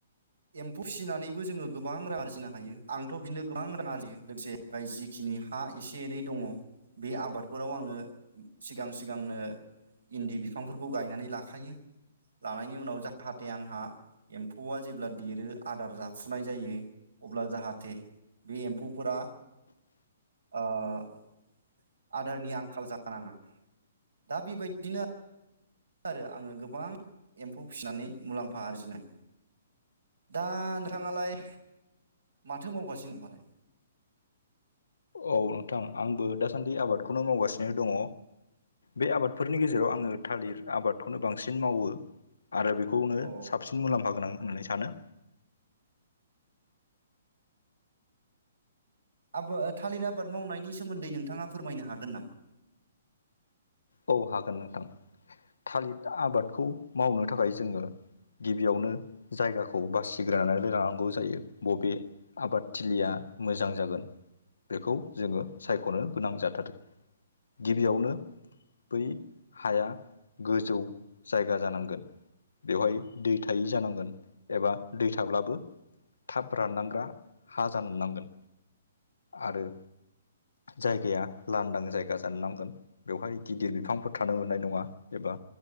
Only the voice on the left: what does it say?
औ नोंथां आंबो दासान्दि आबादखौनो मावगासिनो दङ। बे आबादफोरनि गेजेराव आङो थालिर आबादखौनो बांसिन मावो आरो बेखौनो
साबसिन मुलाम्फा गोनां होननानै सानो
औ हागोन नोंथां थालिर आबादखौ मावनो थाखाय जोङो गिबियावनो जायगा खौ बासिग्रोनानै लांनांगौ जायो बबे आबादथिलिया मोजां जागोन बेखौ जोङो सायख'नो गोनां जाथारो गिबियावनो बै हाया गोजौ जायगा जानांगोन। बेवहाय दै थायै जानांगोन एबा दै थाब्लाबो थाब रानलांग्रा हा जानोनांगोन आरो जायगाया लांदां जायगा जानो नांगोन। बेवहाय गिदिर बिफांफोर थानो मोननाय नङा एबा